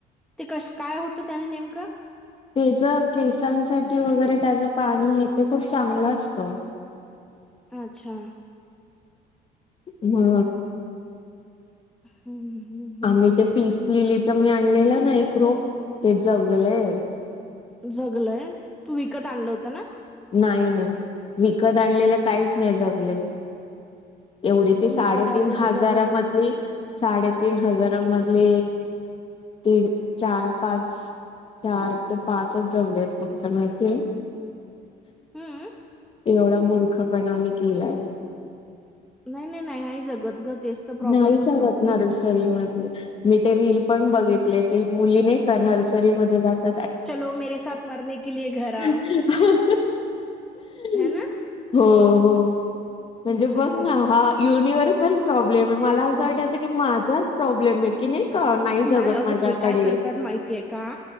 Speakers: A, in the centre; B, on the left.
A: ते कस काय होतं त्याने नेमकं
B: ते ज केसांसाठी वगैरे त्याचं पाणी हे ते खूप चांगलं असतं
A: अच्छा
B: हम्म
A: हम्म हम्म हम्म
B: आम्ही
A: हम्म
B: ते पिसलेलीच
A: हम्म.
B: मी आणलेलं ना एक रोप, ते जगलय.
A: जगलय, तू विकत आणलं होतं ना?
B: नाही विकत आणलेलं काहीच नाही जगले एवढी ती साडेतीन
A: विकत आणलेले
B: हाजारा
A: जगतच
B: मधली,
A: नाही.
B: साडेतीन हजारा मधली ते चार पाच चार ते पाचच जमले फक्त माहितेय
A: हम्म
B: एवढा मूर्खपणा मी केलाय.
A: नाही, नाही, नाही, नाही जगत ग तेच तर प्रॉब्लेम
B: नाही
A: असतो.
B: सरत नर्सरी मधले मी ते रील पण बघितले ती मुली नाही का नर्सरीमध्ये जात
A: चलो मेरे साथ मरने के लिए घर
B: <unintelligible>
A: आओ. है ना
B: हो हो. म्हणजे
A: हम्म
B: बघ ना हा युनिव्हर्स चन प्रॉब्लमेय मला असं वाटयच की माझाच प्रॉब्लेम आहे की नाही का
A: नाही
B: जगत
A: अगं
B: माझ्याकडे
A: ते काय करतात माहितीय का